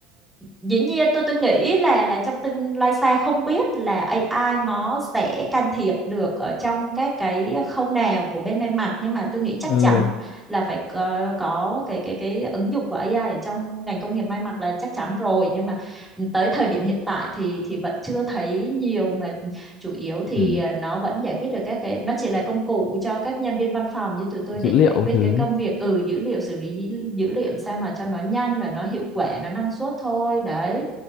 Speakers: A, in the centre; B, on the left.
A: dĩ nhiên tôi tôi nghĩ là là trong tương lai xa không biết là AI nó sẽ can thiệp được ở trong các cái khâu nào của bên may mặc nhưng mà tôi nghĩ chắc
B: ờ
A: chắn là phải có, có cái cái cái ứng dụng của AI ở trong ngành công nghiệp may mặc là chắc chắn rồi nhưng mà tới thời điểm hiện tại thì thì vẫn chưa thấy nhiều mà chủ yếu thì
B: ừ.
A: à, nó vẫn giải quyết được các cái nó chỉ là công cụ cho các nhân viên văn phòng như tụi tôi để
B: dữ liệu
A: giải quyết
B: thứ
A: cái công việc ừ dữ liệu xử lý dữ, liệu sao mà cho nó nhanh và nó hiệu quả nó năng suất thôi đấy